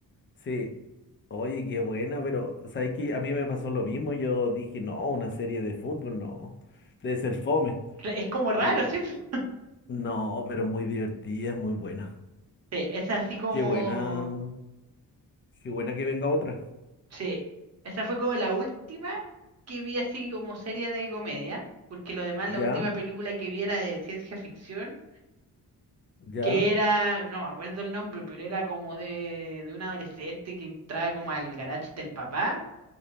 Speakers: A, on the left; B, on the right.
A: sí. Oye, qué buena, pero sabes que a mí me pasó lo mismo. Yo dije, no, una serie de fútbol, no, debe ser fome.
B: Cre- Es como raro,
A: Y
B: sí. po.
A: no, pero es muy divertida, es muy buena.
B: Sí, es así como
A: Qué buena, qué buena que venga otra.
B: Sí, esa fue como la última que vi así como serie de comedia, porque lo demás,
A: Ya,
B: la última película que vi era de ciencia ficción,
A: ya,
B: que era, no me acuerdo el nombre, pero era como de, de un adolescente que entraba como al garage del papá